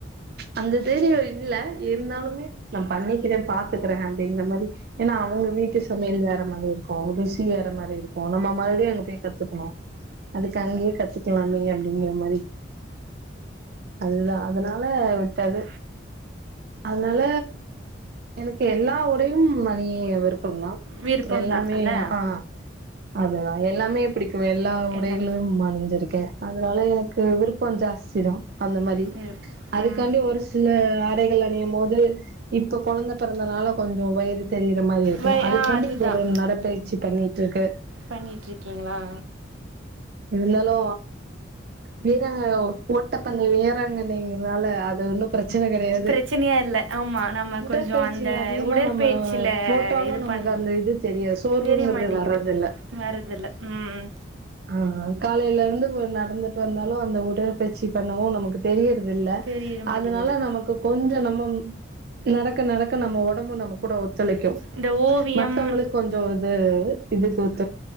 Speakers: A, on the right (about 50°); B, on the right (about 85°).
A: அந்த தைரிய இல்ல இருந்தாலுமே நா பண்ணிக்கறே பாத் இருக்கறே அப்டிங்கற மாரி ஏன்னா அவுங்க வீட்டு சமையல் வேற மாரிருக்கு ருசி வேற மாரிருக்கு நம்ம மறுடியு அங்க போய் கத்துக்கணு அதுக்கு அங்கயே கத்துக்லாமே அப்டிங்கற மாரி அதுதா அதனால விட்டது அதனால எனக்கு எல்லா உடயு மணி விருப்பம் தா
B: விருப்பம்தான்
A: எல்லாமே
B: அல்ல
A: ஆ அதுதா எல்லாமே எப்டி எல்லா உடைகளயுமனிஞ்சிருக்கே
B: எல்லாம்
A: அதனால எனக்கு விருப்ப ஜாஸ்தி தான் அந்த மாரி
B: விருப்பம்
A: அதுக்காண்டி ஒரு சில ஆடைகள் அணியும் போது இப்ப கொழந்த பிறந்தனால கொஞ்ச வயிறு தெரியுற மாரி இருக்கு
B: வை
A: அதுக்காண்டி
B: ஆ அதுதான்
A: ஒரு நடப்பயிற்சி ண்ணிட்டு இருக்கு
B: பண்ணிட்டு இருக்கீங்களா
A: இருந்தாலு வீ செய்றாங்க ஓட்டப்பந்தய வீராங்கங்கனைங்றனால அத ஒன்னு பிரச்சன கெடையாது
B: பிரச்சனையா இல்லை ஆமாம் நம்ம
A: உடற்பயிற்சி
B: கொஞ்சம் அந்த
A: அதிகமா
B: உடற்பயிற்சியில்
A: நம்ம போட்டாலு
B: இது
A: நம்
B: பண்
A: மக்கு அந்த இது தெரியா சோர்
B: தெரிய
A: கிறது
B: மாட்டேங்குது
A: வர்றதில்ல
B: வர்றதில்ல ம்
A: ஆ ஆ காலைலருந்து கொஞ்சோ நடந்துட் வந்தாலு அந்த உடல் பயிர்ச்சி பண்ணவு நமக்கு தெரிய இல்ல
B: தெரிய மாட்டேங்குது
A: அதனால நமக்கு கொஞ்ச நம்ம நடக்க நடக்க நம்ம ஒடம்பு நம்ம கூட ஒத்துழைக்கு
B: இந்த ஓவியம்
A: மத்தவங்களுக்கு கொஞ்சோ இது இதுக்